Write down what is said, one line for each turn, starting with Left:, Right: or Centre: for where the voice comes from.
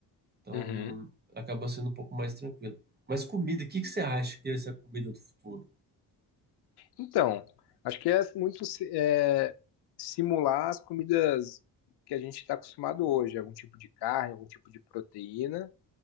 Right: Então,
Left: Uhum.
Right: acaba sendo um pouco mais tranquilo. Mas comida, o que que você acha que ia ser a comida do futuro?
Left: Então, acho que é muito si- é, simular as comidas que a gente está acostumado hoje, algum tipo de carne, algum tipo de proteína,